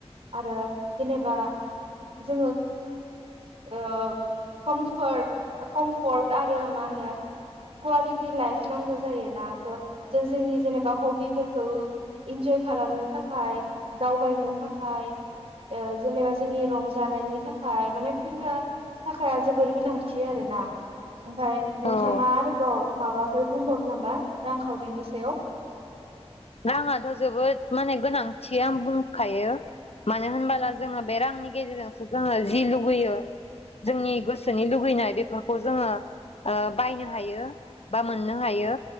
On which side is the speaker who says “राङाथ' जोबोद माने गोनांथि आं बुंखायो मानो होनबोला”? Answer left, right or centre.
Left